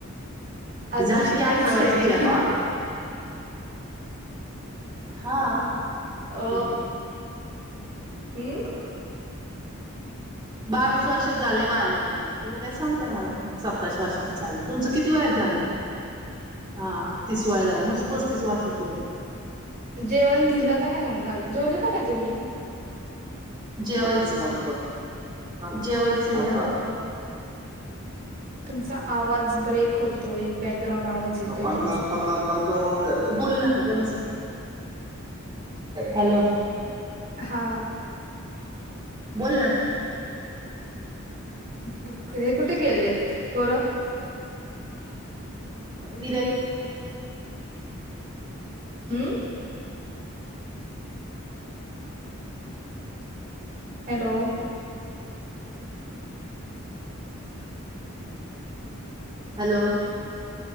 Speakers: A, on the right; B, on the right.
A: अजून
B: झाली
A: शिकायचंय.
B: की अठरा वर्षाची हा हा
A: अ
B: दिले
A: हम्म
B: <unintelligible> बावीस वर्षात झालय माय लग्न, तुम्ही काय सांगताय मला सत्तावीस वर्षाची झालं, तुमच किती वयात झालं? हा तीस वया झाल, मस पस्तीस वर्षाचे होते.
A: जेवण दिलं का नाही <unintelligible> जेवले? का नाही तुम्ही?
B: जेवायचं जेवायचय गं.
A: तुमचा आवाज ब्रेक होतोय, बॅकग्राउंड आवाज येतोय
B: मग पन्ना
A: तुमचा.
B: पन्नास पंचावन्न बोलू नका गप बसा, हॅलो.
A: हा.
B: बोल ना.
A: अ हे कुठे गेलेत? पोरं.
B: विरे
A: हम्म? हॅलो.
B: हॅलो.